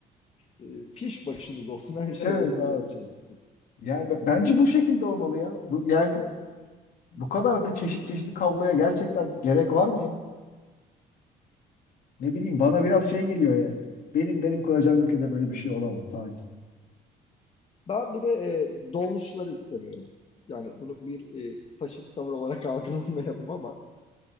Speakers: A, on the left; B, on the left.
A: e, <laughs> fiş başımız olsun. Her şey
B: Evet
A: bununla
B: abi.
A: çalışsın.
B: Yani b- bence bu şekilde olmalı ya. Bu, yani bu kadar da çeşit çeşitli kabloya gerçekten gerek var mı ya? Ne bileyim bana
A: Hmm,
B: biraz
A: Kesin.
B: şey geliyor yani. Benim benim kuracağım ülkede böyle bir şey olamaz sadece.
A: Ben bir de e, dolmuşları istemiyorum. Yani bunu bir e, faşist tavır olarak <laughs> algılamayalım ama